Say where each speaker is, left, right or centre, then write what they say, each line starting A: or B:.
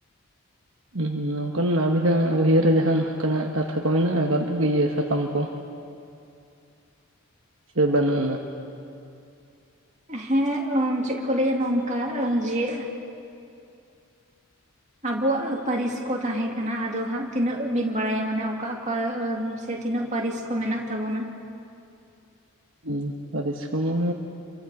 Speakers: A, on the right; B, on the right.
A: ᱦᱩᱸ ᱱᱚᱝᱠᱟᱱ ᱟᱵᱤᱱᱟᱜ ᱩᱭᱦᱟᱹᱨ ᱨᱮ ᱡᱟᱦᱟᱸ ᱠᱟᱱᱟᱜ ᱠᱟᱛᱷᱟ ᱠᱚ ᱢᱮᱱᱟᱜᱼᱟ ᱤᱭᱟᱹ ᱥᱟᱠᱟᱢ ᱠᱚ᱾
B: <inaudible>
A: ᱥᱮ ᱵᱟᱹᱱᱩᱜ ᱟᱱᱟ᱾
B: ᱦᱮᱸ ᱪᱮᱫ ᱠᱚ ᱞᱟᱹᱭᱟ ᱱᱚᱝᱠᱟ ᱡᱮ᱾ ᱟᱵᱚᱣᱟᱜ ᱯᱟᱹᱨᱤᱥ ᱠᱚ ᱛᱟᱦᱮᱸ ᱠᱟᱱᱟ ᱟᱫᱚ ᱦᱟᱸᱜ ᱛᱤᱱᱟᱹᱜ ᱵᱤᱱ ᱵᱟᱲᱟᱭᱟ ᱢᱟᱱᱮ ᱚᱠᱟ ᱚᱠᱟ? ᱚᱠᱟ ᱥᱮ ᱛᱤᱱᱟᱹᱜ ᱯᱟᱹᱨᱤᱥ ᱠᱚ ᱢᱮᱱᱟᱜ ᱛᱟᱵᱚᱱᱟ᱾
A: ᱦᱩᱸ ᱯᱟᱹᱨᱤᱥ ᱠᱚᱢᱟ᱾